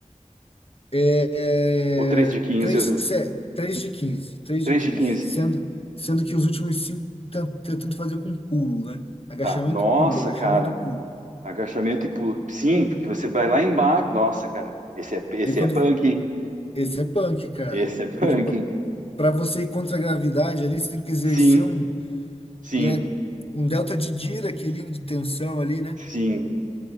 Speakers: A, on the left; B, on the right.
A: é
B: ou três de
A: é,
B: quinze
A: 3 3 de 15 3
B: três
A: de 15
B: de quinze
A: sendo sendo que os últimos cinco tan- tentando fazer com pulo, né? Agachamento,
B: Tá. Nossa,
A: pulo, agachamento,
B: cara.
A: pulo.
B: Agachamento e pulo. Sim, porque você vai lá embaixo. Nossa, cara. Esse é, esse
A: E quando
B: é punk,
A: esse é punk, cara,
B: Esse é punk.
A: porque para você ir contra a gravidade ali, você tem que exercer
B: Sim,
A: um
B: sim,
A: e é um delta de Dirac ali de tensão ali, né?
B: sim.